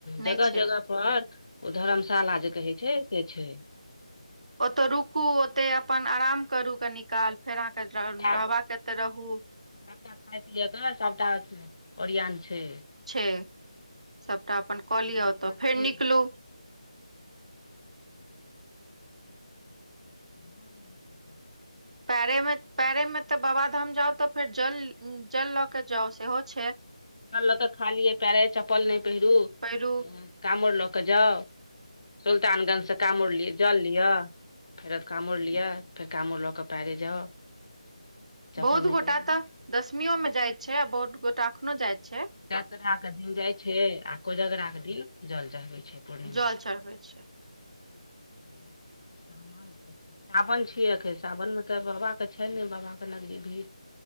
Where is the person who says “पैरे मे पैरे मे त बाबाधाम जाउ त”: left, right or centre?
Right